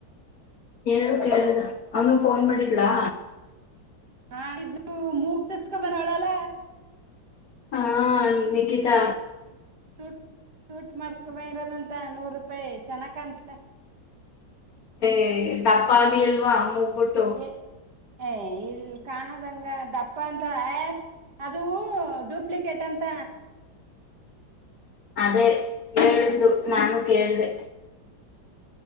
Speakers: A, on the left (about 60°); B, on the right (about 55°).
A: ಹೇಳು ಕೇಳದ ಅಮ್ಮು ಫೋನ್ ಮಾಡಿದಲಾ
B: ಮಾಡಿದ್ಲು ಮೂಗ ಚುಚ್ಚಸ್ಕೊಂದ ಬಂದವಳಲ್ಲ
A: ಹಾ ನಿಕಿತಾ
B: ಸೂಟ್ ಸೂಟ್ ಮಾಡಸಕೊಂಬ ಇರೋದಂತ ನೂರು ರೂಪಾಯಿ ಚೆನ್ನಾಗ ಕಾಣತಿತ್ತ
A: ಹೇ ದಪ್ಪ ಹಾಗಲ್ಲಿಲ್ವಾ ಮೂಗ್ ಬೂಟ್ಟು
B: ಎ ಏ ಇಲ್ ಕಾಣದಂಗ ದಪ್ಪ ಅಂತ ಅದು ಡೂಪ್ಲಿಕೇಟ್ ಅಂತ
A: ಅದೇ ಹೇಳಿದ್ಲು ನಾನು ಕೇಳ್ದೆ